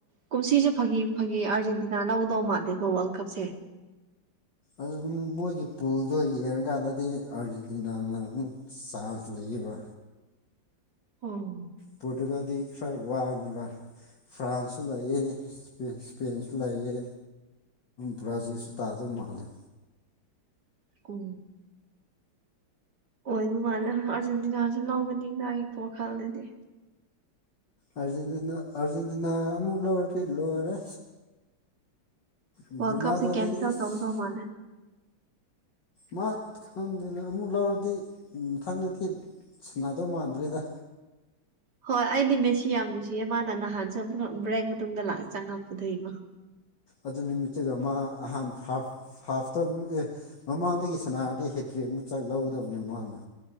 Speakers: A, on the right; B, on the left.
A: ꯀꯨꯝꯁꯤꯁꯨ ꯐꯥꯒꯤ ꯐꯥꯒꯤ ꯑꯥꯔꯖꯦꯟꯇ ꯀꯅꯅꯥ ꯂꯧꯗꯧ ꯃꯥꯜꯂꯦꯀꯣ ꯋꯥꯔꯜ ꯀꯞꯁꯦ
B: ꯑꯗꯨꯝ ꯃꯣꯏꯒꯤ ꯄꯣꯜꯗꯣ ꯌꯦꯡꯉꯀꯥꯟꯗꯗꯤ ꯑꯥꯔꯖꯦꯟꯇꯤꯅꯥꯅ ꯑꯃꯨꯛ ꯆꯥꯟꯁ ꯂꯩꯌꯦꯕ
A: ꯑꯣ
B: ꯄꯣꯔꯇꯨꯒꯜꯗꯤ ꯈꯔ ꯋꯥꯡꯅꯤꯕ ꯐ꯭ꯔꯥꯟꯁꯁꯨ ꯂꯩꯌꯦ ꯢꯁꯄꯦꯟꯁꯨ ꯂꯩꯌꯦ ꯕ꯭ꯔꯥꯖꯤꯜꯁꯨ ꯇꯥꯗꯧ ꯃꯥꯜꯂꯦ
A: ꯎ ꯑꯣꯏ ꯑꯗꯨ ꯃꯥꯜꯂꯦ ꯑꯥꯔꯖꯦꯟꯇꯤꯅꯥꯁꯨ ꯂꯧꯒꯅꯤꯅ ꯑꯩꯒꯤ ꯋꯈꯜꯗꯗꯤ
B: ꯑꯔꯖꯦꯟꯇꯤꯅ ꯑꯥꯔꯖꯦꯟꯇꯤꯅꯥ ꯑꯃꯨꯛ ꯂꯧꯔꯗꯤ ꯂꯣꯏꯔꯦ ꯎ
A: ꯋꯥꯔꯜ
B: ꯔꯣꯅꯥꯜꯗꯣꯗꯤ
A: ꯀꯞꯁꯦ ꯀꯦꯟꯁꯦꯜ
B: ꯏꯁ
A: ꯇꯧꯗꯧ ꯃꯥꯜꯂꯦ
B: ꯃꯥ ꯈꯪꯗꯦꯅꯦ ꯑꯃꯨꯛ ꯂꯧꯔꯗꯤ ꯃꯊꯪꯗꯗꯤ ꯁꯅꯥꯗꯧ ꯃꯥꯟꯗ꯭ꯔꯦꯗ
A: ꯍꯣꯏ ꯑꯩꯗꯤ ꯃꯦꯠꯁꯤ ꯌꯥꯝ ꯅꯨꯡꯁꯤꯌꯦ ꯃꯥꯅ ꯅꯍꯥꯟꯁꯨ ꯕ꯭ꯔꯦꯛ ꯃꯇꯨꯡꯗ ꯂꯛ ꯆꯪꯉꯛꯄꯗꯨꯒꯤꯒꯣ
B: ꯑꯗꯨ ꯅꯨꯃꯤꯠꯇꯨꯒ ꯃꯥ ꯑꯍꯥꯟꯕ ꯍꯥꯐ ꯍꯥꯐꯇ ꯑꯃꯨꯛ ꯑꯦ ꯃꯃꯥꯡꯗꯒꯤ ꯁꯅꯥꯔꯗꯤ ꯍꯦꯇ꯭ꯔꯤ ꯑꯃꯨꯛ ꯆꯥꯛ ꯂꯧꯗꯕꯅꯦ ꯃꯥꯅ